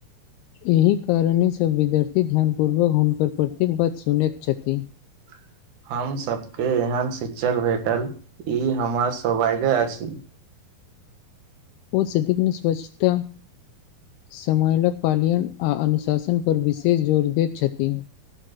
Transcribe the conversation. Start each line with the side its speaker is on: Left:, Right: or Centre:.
Left: एहि कारणे सभ विद्यार्थी ध्यानपूर्वक हुनकर प्रत्येक बात सुनैत छथि
Right: <inaudible> हमसभके एहन शिक्षक भेटल ई हमर सौभाग्य अछि
Left: ओ सधिक नहि स्वच्छता समानक पालयन आ अनुशासन पर विशेष जोर दैत छथिन